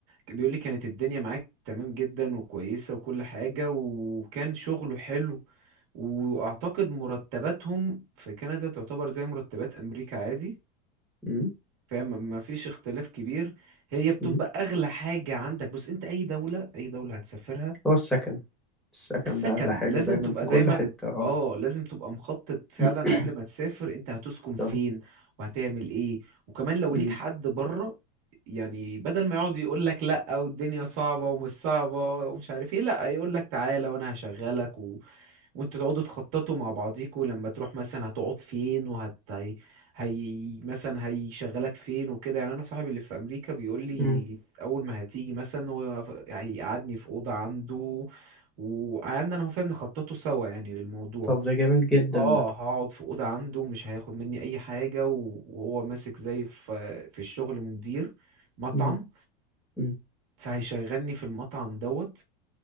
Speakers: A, on the right; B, in the centre.
A: بيقول لي كانت الدنيا معاك تمام جدا وكويسة وكل حاجة وكان شغله حلو واعتقد مرتباتهم في كندا تعتبر زي مرتبات امريكا عادي
B: مم.
A: فاهم ما فيش اختلاف كبير هي بتبقى
B: مم.
A: اغلى حاجة عندك بص انت اي دولة اي دولة هتسافرها
B: هو السكن السكن
A: السكن
B: ده اغلى حاجة
A: لازم
B: دايما
A: تبقى
B: في
A: دايما
B: كل حتة اه
A: اه لازم تبقى مخطط فعلا
B: <clears throat>
A: قبل ما
B: <coughs>
A: تسافر انت هتسكن فين
B: ده
A: وهتعمل ايه وكمان لو
B: مم.
A: ليك حد بره يعني بدل ما يقعد يقول لك لا والدنيا صعبة ومش صعبة ومش عارف ايه لا يقول لك تعالى وانا هشغلك و... وانتوا تقعدوا تخططوا مع بعضيكوا لما تروح مثلا هتقعد فين وهت هي هي- مثلا هيشغلك فين وكده يعني انا صاحبي اللي في امريكا بيقول لي
B: مم.
A: اول ما هتيجي مثلا هو ف- هيقعدني في اوضه عنده وقعدنا انا هو فاهم نخططه سوا يعني للموضوع
B: طب ده جامد جدا
A: اه
B: ده
A: هقعد في اوضه عنده مش هياخد مني اي حاجه و- وهو ماسك زي في في الشغل مدير مطعم
B: مم. مم.
A: فهيشغلني في المطعم دوت